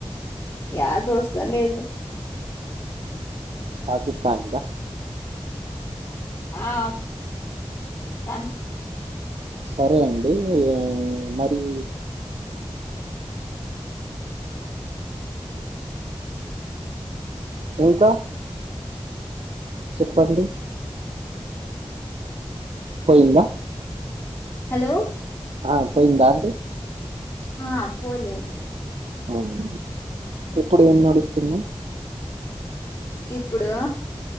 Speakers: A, on the left; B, on the right.
A: యా దోస్త లేదు
B: పాకిస్తాన్ దా
A: ఆ <unintelligible>
B: సరే అండి మరీ ఇంకా చెప్పండి పొయిందా
A: హలో
B: ఆ పోయిందా అండి
A: ఆ పోలేదు
B: అవునా ఇప్పుడేం నడుస్తుంది
A: ఇప్పుడా